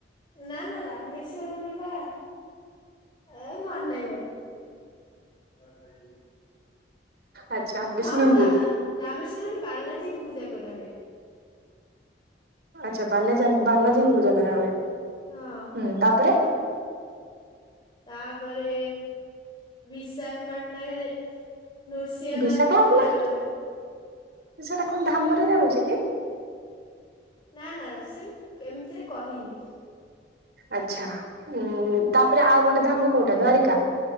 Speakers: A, on the left (about 25°); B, on the right (about 60°).
A: ନା ନା ରାମେଶ୍ଵରମ ରେ ବା ଏ ମନେ ନାହିଁ ମୋର ଆଁଛା <unintelligible>
B: ଆଚ୍ଛା ବିଷ୍ଣୁଙ୍କୁ
A: ହଁ ହଁ ରାମେଶ୍ଵରମ ବାଲାଜୀଙ୍କୁ ପୂଜା କରାହୁୁଏ।
B: ଆଛା ବାଲାଜେ ବାଲାଜୀଙ୍କୁ ପୂଜା କରା ହୁଏ
A: ହଁ
B: ହୁଁ ତାପରେ
A: ତାପରେ ବିଶାଖାପାଟନା ରେ ନୃସିିଂହ
B: ବିଶାଖାପାଟଣା
A: ନାଥ କୁ ପୂଜା କରା ହୁଏ
B: ସେଟା କଣ ଧାମରେ ଯାଉଛି କି?
A: ନା ନା ସେ କେମିତିରେ କହିଲି।
B: ଆଚ୍ଛା ହଁ ତାପରେ ଆଉ ଗୋଟେ ଧାମ କୋଉଟା ଦ୍ଵାରିକା?